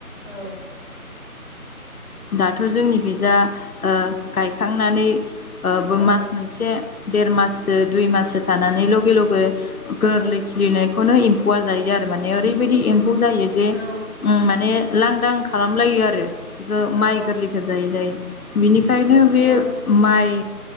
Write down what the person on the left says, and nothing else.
दाथ' जोंनि खैजा ओ गायखांनानै ओ बो
मास मोनसे देर माससो दुइ माससो थानानै लगे लगे गोरलै
खिलिनायखौनो एम गवार जायो आरो माने ओरैबायदि एम्फौ जायो जे
उम माने लांदां खालामलायो आरो गो माइ
गोरलैखो जायै जायै बिनिखायनो
बे
माइ